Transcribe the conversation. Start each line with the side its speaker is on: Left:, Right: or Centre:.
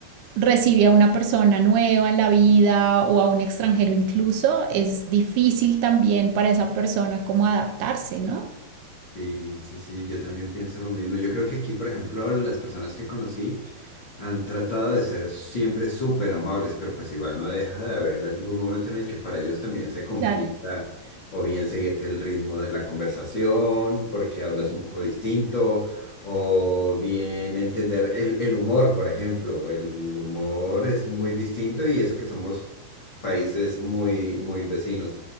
Right: recibe a una persona nueva en la vida o a un extranjero incluso, es difícil también para esa persona como adaptarse, ¿no?
Left: Sí, sí, sí, yo también pienso lo mismo. Yo creo que aquí, por ejemplo, las personas que conocí, han tratado de ser siempre súper amables, pero pues igual no deja de haber algún momento en el que para ellos también se complica
Right: Claro.
Left: o bien seguirte el ritmo de la conversación porque hablas un poco distinto o bien entender el, el humor, por ejemplo. El humor es muy distinto y eso que somos países muy, muy vecinos.